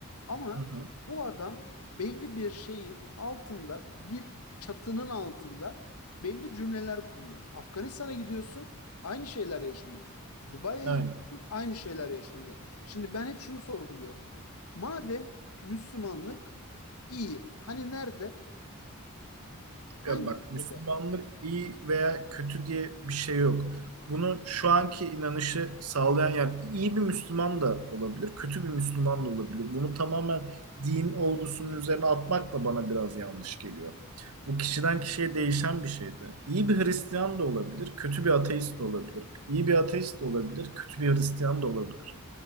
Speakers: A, on the left; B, on the right.
A: Ama
B: Hı hı.
A: bu adam belli bir şeyin altında, bir çatının altında belli cümleler kuruyor. Afganistan'a gidiyorsun, aynı şeyler yaşanıyor. Dubai'ye
B: Aynen.
A: gidiyorsun, aynı şeyler yaşanıyor. Şimdi ben hep şunu sorguluyorum. Madem Müslümanlık İyi. Hani nerede? Hangi
B: Ya bak
A: ülkede?
B: Müslümanlık iyi veya kötü diye bir şey yok. Bunu şu anki inanışı sağlayan yani iyi bir Müslüman da olabilir, kötü bir Müslüman da olabilir. Bunu tamamen din olgusunun üzerine atmak da bana biraz yanlış geliyor. Bu kişiden kişiye değişen bir şeydi. İyi bir Hristiyan da olabilir, kötü bir ateist de olabilir. İyi bir ateist de olabilir, kötü bir Hristiyan da olabilir.